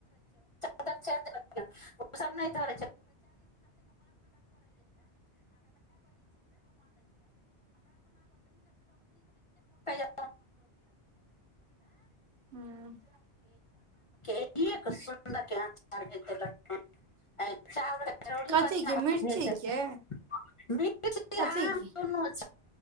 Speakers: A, on the left; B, on the right.
A: <unintelligible> ओ सब नहि <unintelligible> <unintelligible> <unintelligible> मिरचाइके <unintelligible>
B: हूँ
A: <unintelligible>
B: कथी के मिर्ची के कथी के